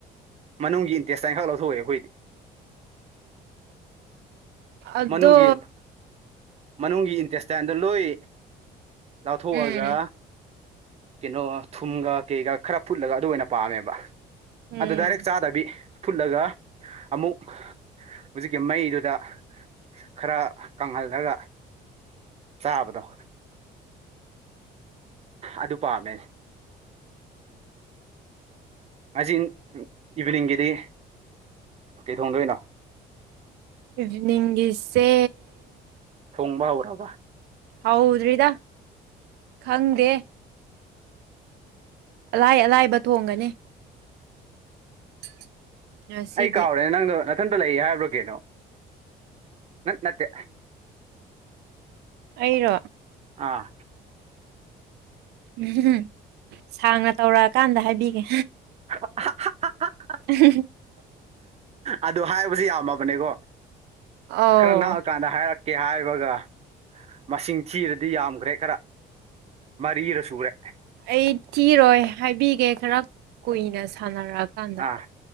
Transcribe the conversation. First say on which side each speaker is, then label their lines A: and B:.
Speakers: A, on the right; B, on the right.
A: ꯃꯅꯨꯡꯒꯤ ꯇꯦꯁꯇꯥꯏꯈꯛ ꯂꯧꯊꯣꯛꯑꯦ ꯑꯩꯈꯣꯏꯗꯤ
B: ꯑꯗꯣ
A: ꯃꯅꯨꯡꯒꯤ ꯃꯅꯨꯡꯒꯤ ꯏꯟꯇꯦꯁꯇꯥꯏꯟꯗꯣ ꯂꯣꯏ ꯂꯧꯊꯣꯛꯑꯒ
B: ꯎꯝ
A: ꯀꯩꯅꯣ ꯊꯨꯝꯒ ꯀꯩꯒ ꯈꯔ ꯐꯨꯠꯂꯒ ꯑꯗꯨ ꯑꯣꯏꯅ ꯄꯥꯝꯃꯦꯕ
B: ꯎꯝ
A: ꯑꯗꯨ ꯗꯥꯏꯔꯦꯛ ꯆꯗ꯭ꯔꯗꯤ ꯐꯨꯠꯂꯒ ꯑꯃꯨꯛ ꯍꯧꯖꯤꯛꯀꯤ ꯃꯩꯗꯨꯗ ꯈꯔ ꯀꯪꯍꯜꯂꯒ ꯆꯥꯕꯗꯣ ꯑꯗꯨ ꯄꯥꯝꯃꯦ ꯉꯥꯁꯤ ꯏꯚꯤꯅꯤꯡꯒꯤꯗꯤ ꯀꯩ ꯊꯣꯡꯗꯣꯏꯅꯣ
B: ꯏꯕꯤꯅꯤꯡꯒꯤꯁꯦ
A: ꯊꯣꯡꯕ ꯍꯧ꯭ꯔꯕ
B: ꯍꯧꯗ꯭ꯔꯤꯗ ꯈꯪꯗꯦ ꯑꯂꯥꯏ ꯑꯂꯥꯏꯕ ꯊꯣꯡꯒꯅꯤ <inaudible> ꯉꯁꯤꯗꯤ
A: ꯑꯩ ꯀꯥꯎꯔꯦ ꯅꯪꯗꯣ ꯏꯊꯟꯇ ꯂꯩ ꯍꯥꯏꯕ꯭ꯔꯥ ꯀꯩꯅꯣ ꯅꯠ ꯅꯠꯇꯦ
B: ꯑꯩꯔꯣ
A: ꯑꯥ
B: ꯎꯝ ꯁꯥꯡꯅ ꯇꯧꯔꯛꯑꯀꯥꯟꯗ ꯍꯥꯏꯕꯤꯒꯦ
A: <unintelligible>
B: <unintelligible>
A: ꯑꯗꯨ ꯍꯥꯏꯔꯁꯨ ꯌꯥꯝꯃꯕꯅꯤꯀꯣ
B: ꯑꯧ
A: ꯈꯔ ꯅꯪꯛꯑꯀꯥꯟꯗ ꯍꯥꯏꯔꯛ ꯀꯦ ꯍꯥꯏꯕꯒ ꯃꯁꯤꯡ ꯊꯤꯔꯗꯤ ꯗꯤ ꯌꯥꯝꯈ꯭ꯔꯦ ꯈꯔ ꯃꯔꯤꯔ ꯁꯨꯔꯦ
B: ꯑꯩ ꯊꯤꯔꯣꯏ ꯍꯥꯏꯕꯤꯒꯦ ꯈꯔ ꯀꯨꯏꯅ ꯁꯥꯟꯅꯔꯛꯑꯀꯥꯟꯗ
A: ꯑꯥ